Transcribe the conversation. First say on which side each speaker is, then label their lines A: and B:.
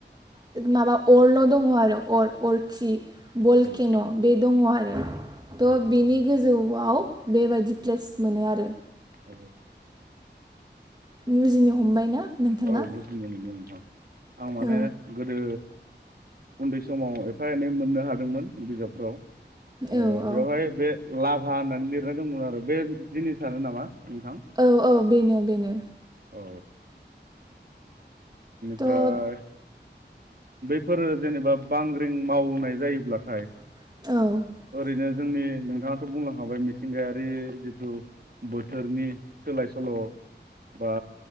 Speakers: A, on the right; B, on the right.
A: माबा अरल' दङ आरो अर अरखि बलकेन'
B: औ
A: बे दङ आरो
B: औ
A: थ' बिनि गोजौआव बेबायदि प्लेस मोनो आरो।
B: औ
A: बुजिनो हमबाय ना नोंथाङा।
B: औ बुजिनो मोनदों नोंथां आं माने
A: औ
B: गोदो उन्दै समाव एफा एनै मोननो हादोंमोन बिजाबफ्राव। ओ
A: औ
B: बेवहाय
A: औ
B: बे। लाभा होननानै लिरनाय दंमोन आरो बे जिनिसानो नामा। नोंथां
A: औ औ बेनो बेनो। <unintelligible>
B: औ बेनिफ्राय।
A: थ' औ
B: बैफोरो जेनेबा बांग्रिं मावनाय जायोब्लाथाय
A: औ
B: ओरैनो जोंनि नोंथाङाथ' बुंलांखाबाय मिथिंगायारि जिथु बोथोरनि सोलाय सोल' बा